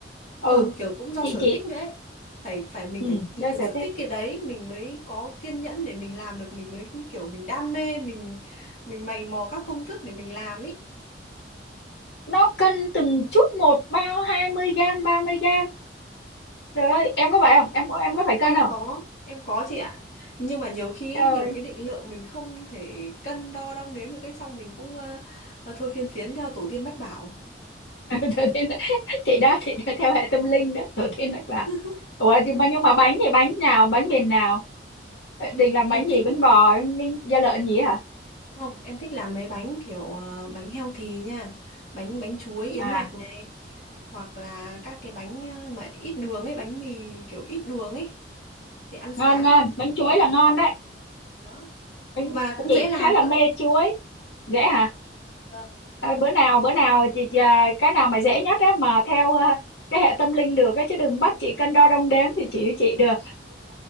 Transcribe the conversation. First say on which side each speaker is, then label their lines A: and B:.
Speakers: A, on the left; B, on the left.
A: ừ
B: Vâng, kiểu cũng do
A: chị
B: sở
A: chị
B: thích nữa ấy. phải phải mình
A: ừ
B: phải
A: đâu
B: thực
A: sở
B: sự
A: thích
B: thích cái đấy mình mới có kiên nhẫn để mình làm được mình mới như kiểu mình đam mê mình mình mày mò các công thức để mình làm ý
A: nó cân từng chút một bao hai mươi gram ba mươi gram trời ơi em có phải không em em có phải cân
B: em
A: không
B: có em có chị ạ nhưng mà nhiều khi
A: trời
B: ý, nhiều cái định lượng mình không thể cân đo đong đếm được cái xong mình cũng ờ, thôi phiên phiến theo tổ tiên mách bảo
A: <laughs> Thừa Thiên thì đó thì theo hệ tâm linh đó Thừa Thiên Đức là
B: <laughs>
A: Ủa, nhưng mà nhưng mà bánh thì bánh nào bánh miền nào Ờ, định
B: Ừ,
A: làm
B: em
A: bánh gì
B: thích
A: bánh bò bánh da lợn gì hả
B: không em thích làm mấy bánh kiểu ờ, bánh healthy nha bánh bánh chuối yến
A: à
B: mạch này hoặc là các cái bánh ờ, mà ít đường ấy bánh mì kiểu ít đường ấy để ăn
A: ngon
B: sáng
A: ngon bánh chuối là ngon đấy
B: đó
A: bánh
B: mà cũng
A: chị
B: dễ làm
A: khá là
B: nữa
A: mê chuối dễ hả
B: vâng
A: Ờ, bữa nào bữa nào chị à, cái nào mà dễ nhất á mà theo à, cái hệ tâm linh được á chứ đừng bắt chị cân đo đong đếm thì chị chị được